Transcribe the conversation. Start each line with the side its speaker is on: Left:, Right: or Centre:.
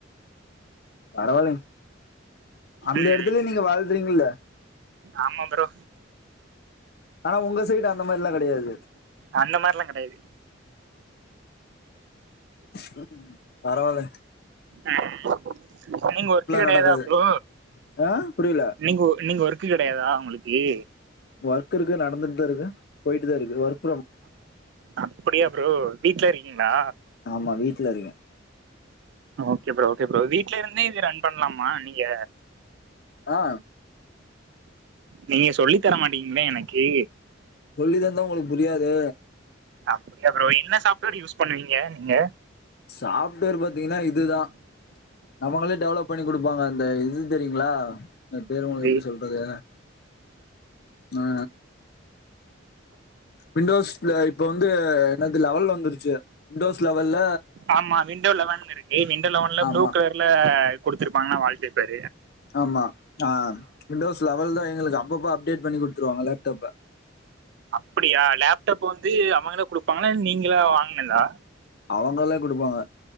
Left: பரவாயில்லங் அந்த
Right: ம்,
Left: எடத்துலயே நீங்க வாழ்த்துறீங்கல்ல
Right: ஆமா ப்ரோ
Left: ஆனா உங்க சைடு அந்த மாரில்லா கெடையாது
Right: அந்த மாரில்லா கெடையாது
Left: ம் பரவால்ல
Right: ம், நீங்க ஒர்க்கு கெடையாதா
Left: நடக்காது
Right: ப்ரோ
Left: ஆ புரியல
Right: நீங்க நீங்க ஒர்க்கு கெடையாதா உங்களுக் ஏ
Left: ஒர்க் இருக்கு நடந்துட்டுதா இருக்கு போயிட்டு தா இருக்கு ஒர்க் ப்ரம்
Right: அப்டியா ப்ரோ வீட்ல இருக்கீங்களா
Left: ஆமா வீட்டுல இருக்கேன்
Right: ஓகே ப்ரோ ஓகே ப்ரோ வீட்லருந்தே இத ரன் பண்ணலாமா நீங்க
Left: ஆ
Right: நீங்க சொல்லி தரமாட்டீங்களே எனக்கு
Left: சொல்லி தந்தா உங்களுக்கு புரியாது
Right: அப்டியா ப்ரோ என்ன சாப்ட்வேர் யூஸ் பண்ணுவீங்க நீங்க
Left: சாப்ட்வேர் பாத்தீங்கன்னா இதுதா அவங்களே டெவலப் பண்ணிக் குடுப்பாங்க அந்த இது தெரியுங்களா இந்த பேரு உங்களுக்கு
Right: இது
Left: எப்டி சொல்றது ஆ விண்டோஸ்ல இப்ப வந்து என்னது லெவல் வந்துருச்சு விண்டோஸ் லெவல்ல
Right: ஆமா விண்டோ லெவன் இருக்கு விண்டோ லெவன்ல
Left: ஆமா
Right: ப்ளூ கலர்ல குடுத்தருப்பாங்கனா வால் பேப்பர்
Left: ஆமா ஆ விண்டோஸ் லெவல்ல எங்களுக்கு அப்பப்ப அப்டேட் பண்ணி குடுத்துருவாங்க லேப்டாப்ப
Right: அப்டியா லேப்டாப் வந்து அவங்கதா குடுப்பாங்களா நீங்களா வாங்கனதா
Left: அவங்கதா குடுப்பாங்க